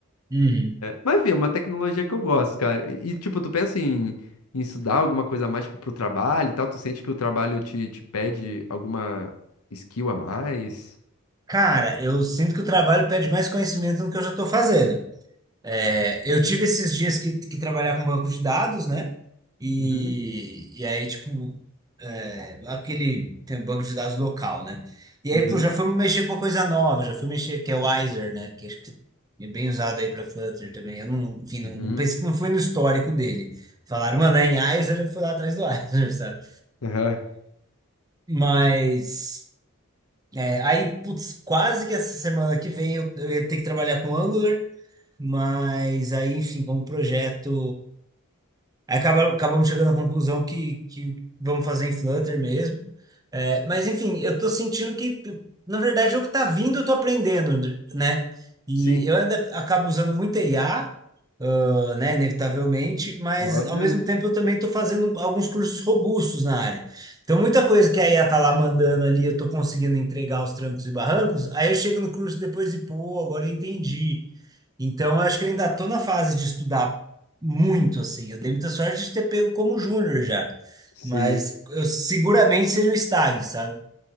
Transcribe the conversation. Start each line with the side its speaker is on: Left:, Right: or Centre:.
Right: Uhum.
Left: Mas enfim, é uma tecnologia que eu gosto, cara. E e, tipo, tu pensa em, em estudar alguma coisa a mais tipo, pro trabalho e tal? Tu sente que o trabalho te, te pede alguma skill a mais?
Right: Cara, eu sinto que o trabalho pede mais conhecimento do que eu já estou fazendo. É, eu tive esses dias que, que trabalhar com banco de dados, né? E,
Left: Uhum,
Right: e aí, tipo, é, aquele tem um banco de dados local, né? E
Left: uhum,
Right: aí, pô, já fui mexer com uma coisa nova, já fui mexer, que é o Wiser, né? Que acho que é bem usado aí para Flutter também. Eu não, enfim, não,
Left: uhum.
Right: não pensei, não foi no histórico dele. Falaram, mano, é em Wiser, eu fui lá atrás do <laughs> Wiser, sabe?
Left: Aham.
Right: Mas, é, aí, putz, quase que essa semana que vem eu, eu ia ter que trabalhar com Angular. Mas aí, enfim, como projeto, aí acaba- acabamos chegando à conclusão que, que vamos fazer em Flutter mesmo. É, mas, enfim, eu tô sentindo que, na verdade, o que tá vindo eu tô aprendendo, né? E
Left: Sim,
Right: eu ainda acabo usando muito I a IA, né, inevitavelmente, mas
Left: óbvio.
Right: ao mesmo tempo eu também estou fazendo alguns cursos robustos na área. Então, muita coisa que a IA tá lá mandando ali, eu estou conseguindo entregar aos trancos e barrancos, aí eu chego no curso depois e, pô, agora eu entendi. Então, eu acho que eu ainda estou na fase de estudar muito, assim. Eu dei muita sorte de ter pego como júnior já,
Left: Sim.
Right: mas eu seguramente seria o estágio sabe?